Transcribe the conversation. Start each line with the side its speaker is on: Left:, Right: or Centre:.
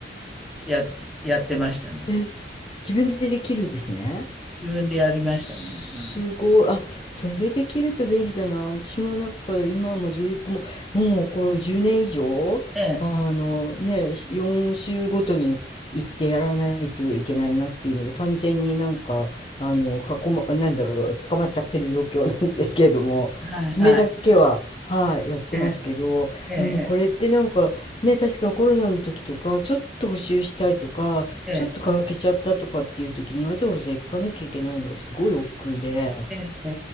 Centre: や、やってましたね。
Left: え、自分でできるんですね。
Centre: 自分でやりましたね。
Left: すごい。
Centre: はい。
Left: あ、それできると便利だな。私もなんか今もずっともう、もうこう10年以上、
Centre: ええ、
Left: あのね、4週ごとに行ってやらないといけないなっていうので、完全になんか、あの、囲ま、なんだろう、捕まっちゃってる状況なんですけれども、
Centre: はい。
Left: 爪だけは、はい、やってますけど、
Centre: ええ、ええ、
Left: でもこれってなんかね、確かコロナの時とか、ちょっと補修したいとか、
Centre: ええ、
Left: ちょっと欠けちゃったとかっていう時にわざわざ行かなきゃいけないのがすごい億劫で、
Centre: ええ、え